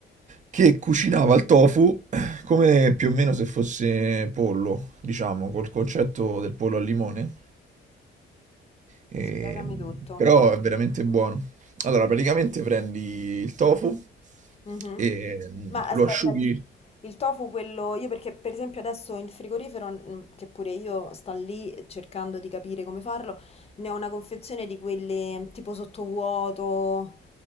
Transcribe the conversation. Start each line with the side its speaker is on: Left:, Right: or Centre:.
Right: che cucinava il tofu come più o meno se fosse pollo, diciamo, col concetto del pollo al limone. E-
Left: Spiegami tutto.
Right: però è veramente buono. Allora, praticamente prendi il tofu
Left: Mhm.
Right: e mm,
Left: Ma aspetta,
Right: lo asciughi.
Left: il il tofu quello, io perché per esempio adesso in frigorifero, mm, che pure io sto lì cercando di capire come farlo, ne ho una confezione di quelle mhmm, tipo sottovuoto,